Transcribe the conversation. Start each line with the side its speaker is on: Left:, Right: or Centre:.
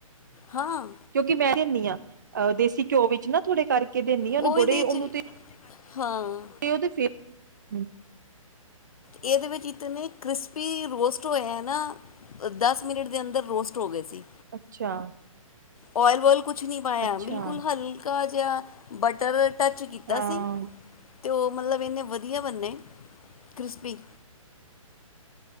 Left: ਹਾਂ
Right: ਕਿਉਂਕਿ ਮੈਂ ਦਿੰਦੀ ਆ ਅਹ ਦੇਸੀ ਘਿਓ ਵਿੱਚ ਨਾ ਥੋੜੇ ਕ ਕੇ ਦੇਨੀ ਉਹਨੂੰ
Left: ਉਹ
Right: ਬੜੇ
Left: ਇਹਦੇ
Right: ਉਹਨੂੰ
Left: ਚ
Right: ਤੇ
Left: ਹਾਂ
Right: ਉਹਦੇ ਫਿਰ ਹੂੰ।
Left: ਇਹਦੇ ਵਿੱਚ ਇਤਨੇ ਕ੍ਰਿਸਪ ਪੀ ਰੋਸਟ ਹੋਇਆ ਨਾ ਦਸ ਮਿੰਟ ਦੇ ਅੰਦਰ ਰੋਸਟ ਹੋ ਗਏ ਸੀ।
Right: ਅੱਛਾ।
Left: ਓਇਲ ਵੋਇਲ ਕੁਛ ਨਹੀਂ ਪਾਇਆ
Right: ਅੱਛਾ
Left: ਬਿਲਕੁਲ ਹਲਕਾ ਜ ਜਾ ਬਟਰ ਟੱਚ ਕੀਤਾ
Right: ਹਾਂ
Left: ਸੀ। ਅਤੇ ਉਹ ਮਤਲਬ ਇੰਨੇ ਵਧੀਆ ਬਣੇ ਕ੍ਰਿਸਪੀ